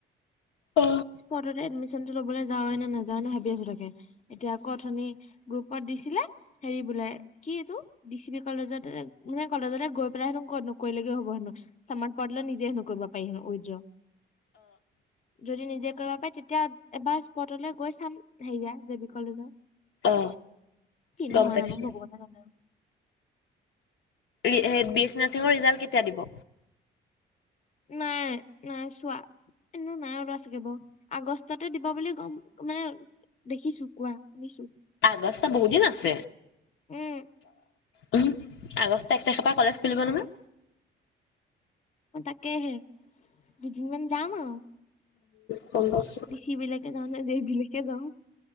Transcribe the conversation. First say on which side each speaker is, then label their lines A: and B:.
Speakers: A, on the left; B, on the left.
A: অ
B: স্পটতে এডমিচনটো লবলৈ যাম যাওৱে নে নাযাৱওে নে ভাবি আছো তাকে এতিয়া আকৌ গ্ৰুপত দিছিলে হেৰি বোলে কি এইটো ডি চি বি কলেজত মানে কলেজলৈ গৈ পেলাই হেনো নকৰিলেও হব হেনো সমান পৰটেলত নিজে হেনো কৰিব পাৰি কই যা যদি নিজে কৰিব পাৰি তেতিয়া এবাৰ স্পটলৈ গৈ চাম হেৰিয়া জে বি কলেজৰ
A: অ
B: কিনো
A: গম
B: হয়
A: পাইছো
B: জানো ভগৱানে জানে ।
A: বি এচ নাৰছিঙৰ ৰিজাল্ট কেতিয়া দিব?
B: নাই নাই চোৱা এনেও নাই ওল- ছাগিব আগষ্টতে দিব বুলি গম মানে, দেখিছো কোৱা? শুনিছো।
A: আগষ্ট বহু দিন আছে।
B: উম
A: উহু আগষ্ট এক তাৰিখৰ পৰা কলেজ খুলিব নহয়।
B: অ তাকে হে দুদিনমান যাম আৰু।
A: উম গম পাইছো
B: দিচি বিলাকে যাওঁ নে যেবিলাকে যাওঁ